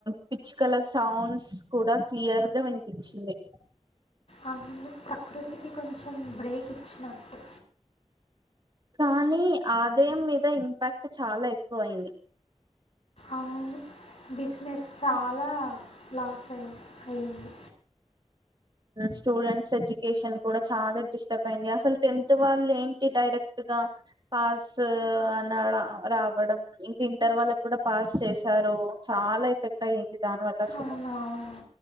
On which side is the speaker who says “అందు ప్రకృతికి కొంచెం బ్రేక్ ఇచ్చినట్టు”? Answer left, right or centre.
Left